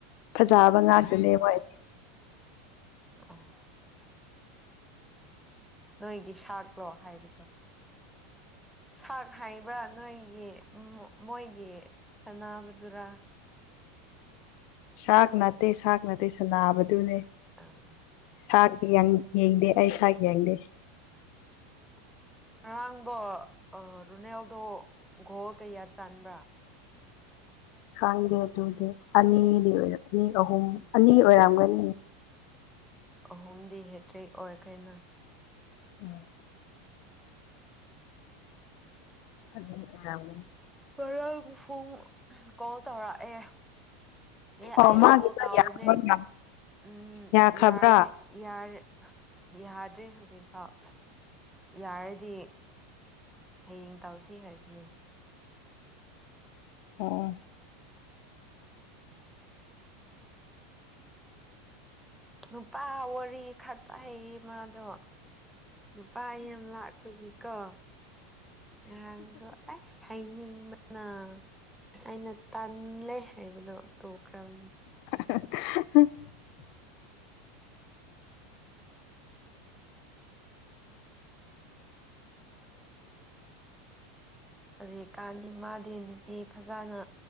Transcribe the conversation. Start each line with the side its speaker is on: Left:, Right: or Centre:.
Left: ꯐꯖꯕ
Centre: ꯐꯖꯅ
Left: ꯉꯥꯛꯇꯅꯦ
Centre: ꯁꯥꯟꯅꯔꯦ
Left: ꯃꯣꯏ
Centre: ꯑꯣ ꯅꯣꯏꯒꯤ ꯁꯥꯛꯂꯣ ꯍꯥꯏꯕꯗꯣ ꯁꯥꯛ ꯍꯥꯏꯕ꯭ꯔꯥ ꯅꯣꯏ ꯒꯤ ꯃꯣꯏꯒꯤ ꯁꯅꯥꯕꯗꯨꯔꯥ
Left: ꯁꯥꯛ ꯅꯠꯇꯦ ꯁꯥꯛ ꯅꯠꯇꯦ ꯁꯥꯅꯥꯕꯗꯨꯅꯦ
Centre: ꯑꯥ
Left: ꯁꯔ ꯌꯦꯡꯗꯦ ꯑꯩ ꯁꯋꯥꯏ ꯌꯦꯡꯗꯦ
Centre: ꯑꯔꯥꯡꯕ ꯑ ꯔꯨꯅꯦꯜꯗꯣ ꯒꯣꯜ ꯀꯌꯥ ꯆꯥꯟꯕ꯭ꯔꯥ
Left: ꯈꯪꯗꯦ ꯑꯗꯨꯗꯤ ꯑꯅꯤꯗꯤ ꯑꯣꯏꯔꯝꯅꯤ ꯑꯍꯨꯝ ꯑꯅꯤ ꯑꯣꯏꯔꯝꯒꯅꯤ
Centre: ꯑꯍꯨꯝꯗꯤ ꯍꯦꯛꯇ꯭ꯔꯤ ꯑꯣꯏꯈ꯭ꯔꯦ ꯅꯥ
Left: ꯎꯝ <unintelligible>
Centre: ꯉꯔꯥꯡ ꯐꯨꯡ ꯀꯣꯜ ꯇꯧꯔꯛꯑꯦ ꯑꯦ
Left: ꯑꯣ
Centre: ꯑꯩꯅ
Left: ꯃꯥꯒꯤꯗꯣ
Centre: ꯀꯣꯜ ꯇꯧꯕꯅꯦ
Left: ꯌꯥꯈ꯭ꯔꯕ꯭ꯔꯥ
Centre: ꯎꯝ
Left: ꯌꯥꯈ꯭ꯔꯕ꯭ꯔꯥ
Centre: ꯌꯥꯔꯦ ꯌꯥꯗ꯭ꯔꯦ ꯍꯧꯖꯤꯛꯐꯥꯎ ꯌꯥꯔꯗꯤ ꯍꯌꯦꯡ ꯇꯧꯁꯤ ꯍꯥꯏꯕꯅꯤ
Left: ꯑꯣ
Centre: ꯅꯨꯄꯥ ꯋꯥꯔꯤ ꯈꯛꯇ ꯍꯩꯌꯦ ꯃꯥꯗꯣ ꯅꯨꯄꯥ ꯌꯥꯝ ꯂꯥꯛꯄꯒꯤ ꯀꯣ ꯉꯔꯥꯡꯁꯨ ꯑꯁ ꯍꯩꯅꯤꯡ ꯃꯔꯨ ꯑꯩꯅ ꯇꯜꯂꯦ ꯍꯥꯏꯕꯗꯣ ꯇꯣꯛꯈꯔꯕꯅꯤ
Left: <unintelligible>
Centre: ꯍꯧꯖꯤꯛꯀꯥꯟꯗꯤ ꯃꯥꯗꯤ ꯅꯨꯄꯤ ꯐꯖꯅ